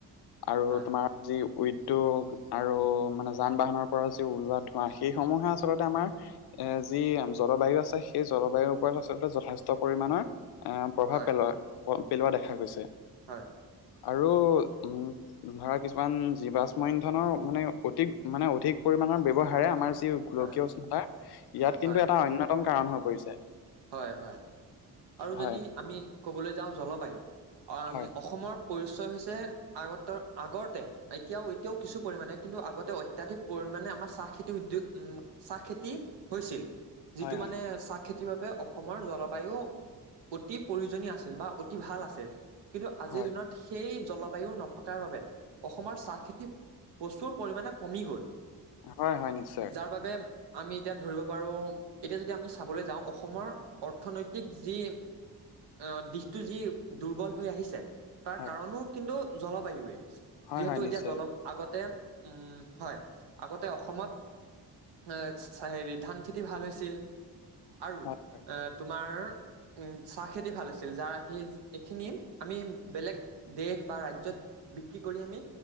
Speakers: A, on the left (about 70°); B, on the right (about 85°).
A: আৰু
B: হয়
A: তোমাৰ যি। উদ্যোগ আৰু মানে যান-বাহনৰ পৰা যি ওলোৱা ধোঁৱা সেইসমূহে আচলতে আমাৰ। এ যি জলবায়ু আছে সেই জলবায়ুৰ ওপৰত আচলতে যথেষ্ট পৰিমাণৰ। প্ৰভাৱ
B: হয়,
A: পেলোৱা পেলোৱা দেখা গৈছে।
B: হয়।
A: আৰু উম ধৰা কিছুমান জীৱাষ্ম ইন্ধনৰ মানে অধিক মানে অধিক পৰি। পৰিমানৰ ব্যৱহাৰে আমাৰ যি গোলকীয়
B: হয়,
A: উষ্ণতাৰ ইয়াত কিন্তু
B: হয়,
A: এটা অন্যতম কাৰণ হৈ পৰিছে।
B: হয় হয় আৰু
A: হয়
B: যদি আমি ক'বলৈ যাওঁ জলবায়ু উম
A: হয়
B: অসমৰ। পৰিচয় হৈছে আগত আগতে এতিয়াও এতিয়াও কিছু পৰিমাণে কিন্তু আগতে অত্যাধিক পৰি। পৰিমানে আমাৰ চাহ খেতি উদোগ উ চাহ খেতি হৈছিল যিটো
A: হয় হয়
B: মানে চাহ খেতিৰ বাবে। অসমৰ জলবায়ু অতি প্ৰয়োজনীয় আছিল বা অতি ভাল আছিল। কিন্তু আজিৰ
A: হয়
B: দিনত সেই। জলবায়ু নথকাৰ বাবে অসমৰ চাহ খেতি প্ৰচুৰ পৰিমানে কমি গ'ল।
A: হয় হয় নিশ্চয়।
B: যাৰ বাবে আমি এতিয়া ধৰিব পাৰোঁ এতিয়া যদি আমি চাবলৈ যাওঁ অসমৰ। অৰ্থনৈতিক যি অহ দিশটো যি দুৰ্বল হৈ আহিছে। তাৰ
A: হয়
B: কাৰণো কিন্তু জলবায়ুৱে
A: হয়
B: যিহেতু
A: হয় নিশ্চয়
B: এতিয়া জল আগতে। উম হয় আগতে অসমত। এ হেৰি ধান খেতি ভাল হৈছিল আৰু।
A: হয়
B: এ তোমাৰ। উম চাহ খেতি ভাল হৈছিল যাৰ সেই এইখিনি আমি বেলেগ দেশ বা ৰাজ্যত। বিক্ৰী কৰি আমি